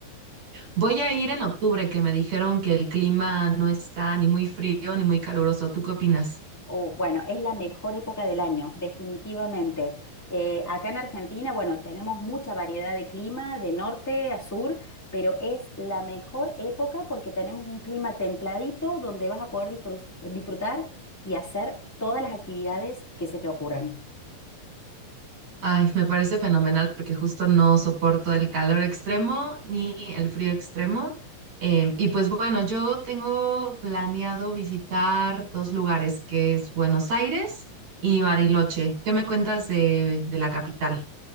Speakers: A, on the right; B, in the centre.
A: Voy a ir en octubre, que me dijeron que el clima no está ni muy frío ni muy caluroso. ¿Tú qué opinas?
B: Oh, bueno, es la mejor época del año, definitivamente. Eh, acá en Argentina, bueno, tenemos mucha variedad de clima, de norte a sur, pero es la mejor época porque tenemos un clima templadito donde vas a poder disfrus- disfrutar y hacer todas las actividades que se te ocurran.
A: Ay, me parece fenomenal porque justo no soporto el calor extremo ni el frío extremo. Em, y pues bueno, yo tengo planeado visitar dos lugares, que es Buenos Aires y Bariloche. ¿Qué me cuentas de, de la capital?